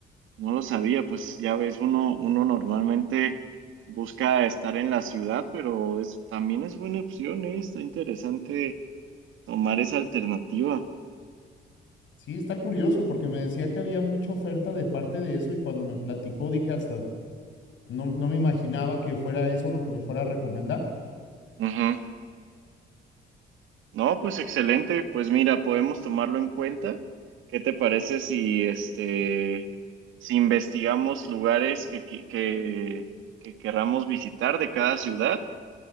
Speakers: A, on the right; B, on the left.
A: No lo sabía, pues ya ves, uno, uno normalmente busca estar en la ciudad, pero es, también es buena opción, ¿eh? Está interesante tomar esa alternativa.
B: Sí, está curioso porque me decía que había mucha oferta de parte de eso y cuando me platicó dije hasta, no, no me imaginaba que fuera eso lo que me fuera a recomendar.
A: Ujú. No, pues excelente. Pues mira, podemos tomarlo en cuenta. ¿Qué te parece si este si investigamos lugares que, que, que- que querramos visitar de cada ciudad